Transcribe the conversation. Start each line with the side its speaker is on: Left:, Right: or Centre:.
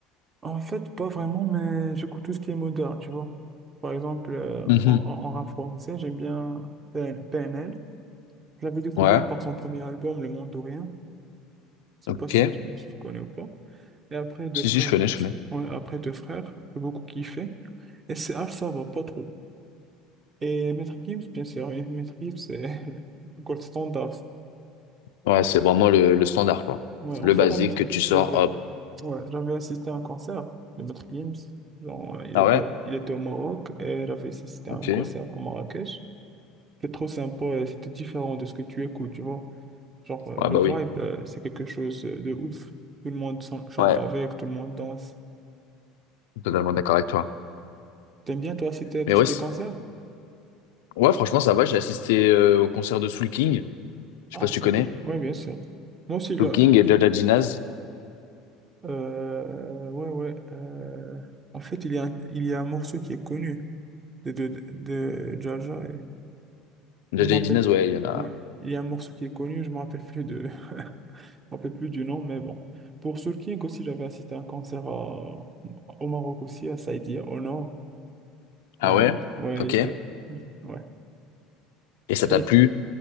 Right: En fait, pas vraiment, mais j'écoute tout ce qui est moderne, tu vois. Par exemple, euh,
Left: Mhm.
Right: en, en, en rap français, j'aime bien PN- PNL. Je l'avais découvert
Left: Ouais,
Right: par son premier album, Le Monde de Rien. Je
Left: ok.
Right: sais pas si tu, si tu connais ou pas. Et après, Deux
Left: Si,
Right: Frères.
Left: si, je connais, je connais.
Right: Ouais, après Deux Frères, j'ai beaucoup kiffé. Et C H ça va pas trop. Et Maître Gims, bien sûr, et <laughs> Maître Gims, c'est <laughs> le gold standard.
Left: Ouais, c'est vraiment le, le standard, quoi.
Right: Ouais, en
Left: Le
Right: fait,
Left: basique
Right: à Maître
Left: que tu
Right: Gims,
Left: sors,
Right: j'avais,
Left: hop.
Right: Ouais, j'avais assisté à un concert de Maître Gims. Genre, euh, il
Left: Ah
Right: était
Left: ouais?
Right: au, il était au Maroc et j'avais assisté
Left: Ok.
Right: à un concert
Left: Ouais,
Right: à Marrakech. C'était trop sympa et c'était différent de ce que tu écoutes, tu vois. Genre, euh,
Left: bah
Right: le
Left: oui.
Right: vibe, euh, c'est quelque chose de ouf. Tout le monde chan- chante
Left: Ouais,
Right: avec, tout le monde danse.
Left: totalement d'accord avec toi.
Right: T'aimes bien, toi, citer tout
Left: Mais ouais,
Right: ce qui
Left: c'est-
Right: est concert?
Left: ouais, franchement, ça va. J'ai assisté euh, au concert de Soul King. Je
Right: Ah,
Left: sais pas si
Right: c'est
Left: tu connais.
Right: ok. Ouais, bien sûr. Moi aussi, là,
Left: Soul King et Jaja Ginaz.
Right: euh, ouais, ouais. euh, en fait, il y a, un- il y a un morceau qui est connu de, de, de Jaja. Je
Left: The
Right: me
Left: J.D.
Right: rappelle
Left: Dinas,
Right: plus.
Left: ouais, il y en a.
Right: Ouais, il y a un morceau qui est connu, je me rappelle plus de, <laughs> je me rappelle plus du nom, mais bon. Pour Soul King aussi, j'avais assisté à un concert à- au Maroc aussi, à Saïdia, au nord.
Left: Ah
Right: Ben,
Left: ouais?
Right: il était- ouais,
Left: Ok.
Right: il était, ouais.
Left: Et ça
Right: Et
Left: t'a plu?